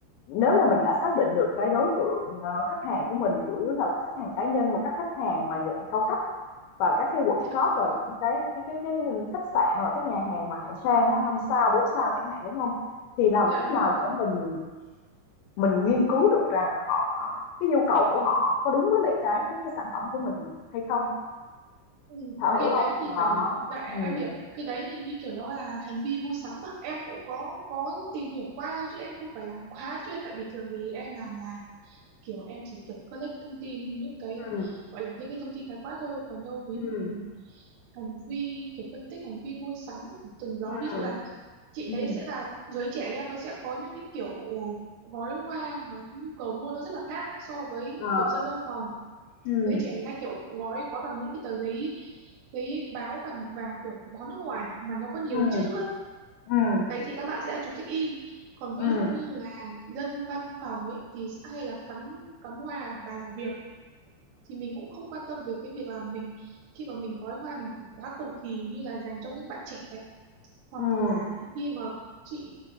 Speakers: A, on the left; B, on the right.
A: nếu mà mình đã xác định được cái đối tượng, ờ, khách hàng của mình chủ yếu là khách hàng cá nhân và các khách hàng mà dạng cao cấp và các cái workshop
B: dạ
A: và những cái cái cái cái khách sạn hoặc các nhà hàng mà hạng sang á, 5 sao, 4 sao chẳng hạn, đúng không Thì làm
B: dạ
A: cách
B: đúng
A: nào
B: rồi
A: để mình mình nghiên cứu được rằng họ cái nhu cầu của họ có đúng với lại cái cái cái sản phẩm của mình hay không?
B: Ừ,
A: Thảo hiểu
B: cái đấy
A: không
B: thì
A: Đó,
B: phải lại
A: ừ
B: em hiểu cái đấy thì như kiểu nó là hành vi mua sắm mà em cũng có có tìm hiểu qua thôi chứ em không phải là quá chuyên tại vì thường thì em làm là kiểu em chỉ kiểu collect thông tin những cái
A: ừ
B: gọi là những cái thông tin khái quát thôi còn đâu ví
A: ừ
B: dụ về hành vi kiểu phân tích hành vi mua sắm của từng nhóm
A: ừ
B: ví dụ là chị
A: ừm,
B: thấy sẽ là giới trẻ nha nó sẽ có những cái kiểu ờ, gói hoa hoặc là cái nhu cầu mua nó rất là khác so với
A: ờ,
B: những kiểu dân văn phòng
A: ừ
B: giới trẻ thì hay kiểu gói gói bằng những cái tờ giấy giấy báo vàng vàng kiểu báo nước ngoài mà nó có nhiều
A: ừ
B: chữ á.
A: ừm.
B: đấy thì các bạn sẽ là chụp check in còn ví
A: Ừm,
B: dụ như là dân văn phòng ấy thì sẽ hay là cắm cắm hoa ở bàn làm việc thì mình cũng không quan tâm về cái việc là mình khi mà mình gói hoa mình cũng quá cầu kỳ như là dành cho những bạn trẻ hoặc
A: ừm,
B: là khi mà chị